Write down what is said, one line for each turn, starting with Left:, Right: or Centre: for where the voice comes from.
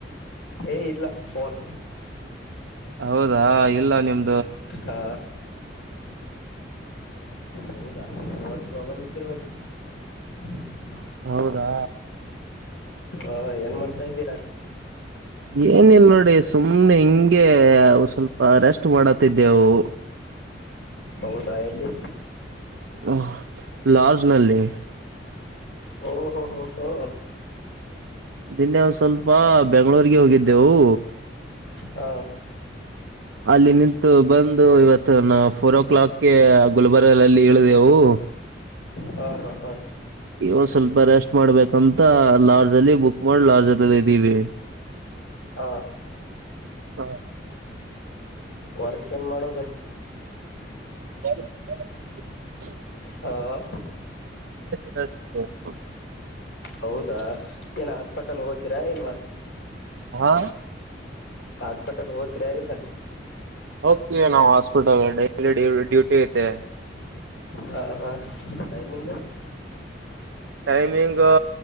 Left: ಏ ಇಲ್ಲ ಫೋನ್
Right: ಹೌದಾ ಇಲ್ಲ ನಿಮ್
Left: ಹ ಹೌದಾ ನೆಟ್ವರ್ಕ್ ಪ್ರಾಬ್ಲಮ್ ಇದ್ದಿರ್ಬೇಕ <inaudible>
Right: ಹೌದಾ
Left: ಹಾ ಏನ್ ಮಾಡ್ತಾ ಇದ್ದೀರಾ
Right: ಏನಿಲ್ ನೋಡಿ ಸುಮ್ನೆ ಹಿಂಗೆ ಗೆ ಸ್ವಲ್ಪ ರೆಸ್ಟ್ ಮಾಡತಿದ್ದೆವು
Left: ಹೌದಾ ಎಲ್ಲಿ
Right: ಹ ಲಾಡ್ಜ್ ನಲ್ಲಿ
Left: ಓ ಹೋ ಹೋ ಹೋ
Right: ನಿನ್ನೆ ಒಂದ ಸ್ವಲ್ಪ ಬೆಂಗ್ಳೂರ್ರಿಗೆ ಹೋಗಿದ್ದೆವು
Left: ಹಾ
Right: ಅಲ್ಲಿ ನಿಂತು ಬಂದು ಇವತ್ತು ತ್ತು ಫೋರ್ ಓ ಕ್ಲಾಕ್ಗೆ ಗುಲ್ಬರ್ಗದಲ್ಲಿ ಇಳಿದೆೇವು
Left: ಹಾ ಹಾ ಹಾ
Right: ಒಂದ್ ಸ್ವಲ್ಪ ರೆಸ್ಟ್ ಮಾಡ್ಬೇಕಂತ ಲಾಡ್ಜ್ ಅಲ್ಲಿ ಬುಕ್ ಮಾಡಿ ಲಾಡ್ಜಲ್ಲಿ ಇದ್ದೀವಿ
Left: ಆ
Right: ಹ
Left: ವರ್ಕ್ ಏನು ಮಾಡೋದು
Right: ಬ <inaudible>
Left: ಹಾ
Right: ತಾಸ್ಕು <inaudible>
Left: ಹೌದಾ ಏನ ಹಾಸ್ಪಿಟಲ್ ಹೋಗ್ತೀರಾ ಇಲ್ವಾ
Right: ಹಾ
Left: ಹಾಸ್ಪಿಟಲ್ ಹೋತ್ರ ಇಲ್ಲ
Right: ಹೋಗ್ತೀವಿ ನಾವು ಹಾಸ್ಪಿಟಲ್ ಡೈಲಿ ಡ ಡ್ಯೂಟಿ ಐತೆ
Left: ಹಾಂ ಹಾಂ ಟೈಮಿಂಗ್
Right: ಟೈಮಿಂಗ್